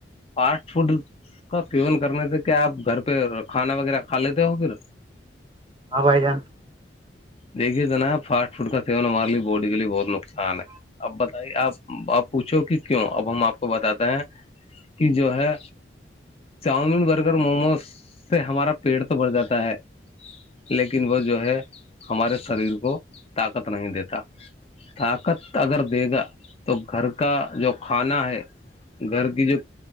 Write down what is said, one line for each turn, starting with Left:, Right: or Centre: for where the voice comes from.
Left: فاسٹ فوڈ کا سیون کرنے سے کیا آپ گھر پہ کھانا وغیرہ کا لیتے ہو پھر
Right: ہاں بھائی جان
Left: دیکھیے جناب فاسٹ فوڈ کا سیون ہمارے لیے باڈی کے لیے بہت نقصان ہے اب بتائیے آپ اپ پوچھو کہ کیوں اب ہم آپ کو بتاتے ہیں کہ جو ہے چاؤمین برگر موموز سے ہمارا پیٹ تو بڑھ جاتا ہے لیکن وہ جو ہے ہمارے شریر کو طاقت نہیں دیتا طاقت اگر دے گا تو گھر کا جو کھانا ہے گھر کی جو